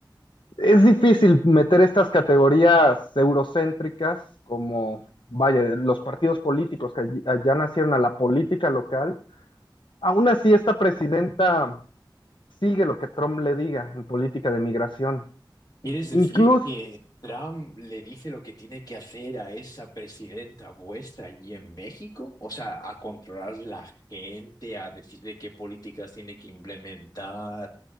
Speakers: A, on the left; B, on the left.
A: es difícil meter estas categorías eurocéntricas como, vaya, los partidos políticos que allí- allá nacieron a la política local. Aún así, esta presidenta sigue lo que Trump le diga en política de migración.
B: ¿Quieres decir
A: Incluso,
B: que Trump le dice lo que tiene que hacer a esa presidenta vuestra allí en México? O sea, a controlar la gente, a decirle qué políticas tiene que implementar,